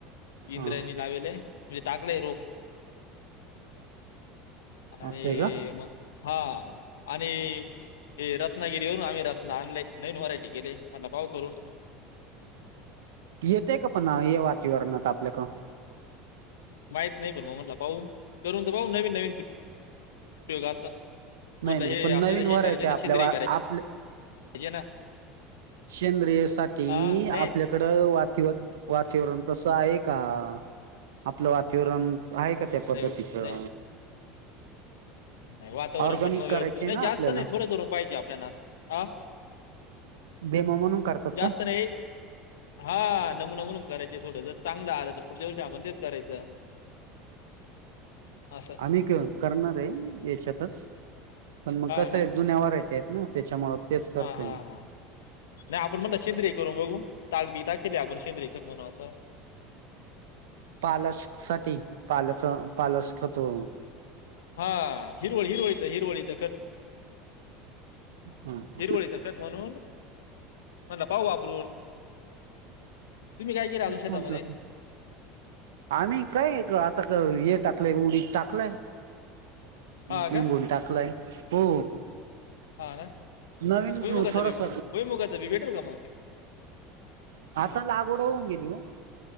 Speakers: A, on the right; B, on the left.
A: हा
B: इंद्रायानी लावेले. म्हणजे टाकलेय रोप आणि
A: असं आहे का
B: मग हा आणि हे रत्नागिरी वरुन आम्ही रत्ना आणले नवीन व्हरायटी केलीय. मधला पाव करून
A: येतय का पण या वातीवरणात आपल्याकं
B: माहित नाही पण मग म्हणला पाहू करून तर बघू नवीन नवीन प्रयोग आस. म्हणलं
A: नाही नाही
B: हे
A: पण
B: आपल्या
A: नवीन
B: हे
A: व्हरायटी
B: करायचे ना
A: आपल्या
B: शेंद्रीय करायची
A: आपल्या
B: हे ना
A: सेंद्रिय साठी
B: हा नाही
A: आपल्याकडं वात तीवर वातीवरण तसं आहे का आपलं वातीवरण आहे का त्या पद्धतीचं
B: नाही नाही नाही वातावरण
A: ऑर्गॅनिक
B: पण मग
A: करायचे
B: नाही
A: आहे ना
B: जास्त
A: आपल्याला.
B: नाही थोडं करून पाहिजे आपल्याला आं
A: डेमो म्हणून करतात
B: जास्त
A: का?
B: नाही हा नम नमून करायचे थोडं जर चांगलं आलं तर पुढच्या वर्षी आपण तेच करायचं. असं
A: आम्ही क करणाराय याच्यातच पण मग
B: हा
A: कस
B: ना
A: आहे जुन्या व्हरायटी आहेत ना त्याच्यामुळे, तेच करतोय
B: हा हा
A: मी.
B: हा नाही आपण म्हणलं शेंद्रिय करून बघू ताक बी टाकली आपण, पण सेंद्रीय खत होणारा अस
A: पालश साठी पालक पालश खत हो
B: हा हिरवळ हिरवळीचं हिरवळीचं खत
A: <unintelligible> हम <unintelligible>
B: हिरवळीचं खत म्हणून म्हणलं पाहू वापरून तुम्ही काय केलं
A: तेच
B: अजून शेतामध्ये
A: म्हटलं, आम्ही काय क आता क ये टा लय उडीत टाकलाय,
B: हा
A: पेंगून
B: का
A: टाकलाय हो
B: ह ना
A: नवीन
B: भूईमुगाच
A: थोडस
B: बी, भूईमुगाच बी, भेटल का मग?
A: आता लागवड होऊन गेली हो,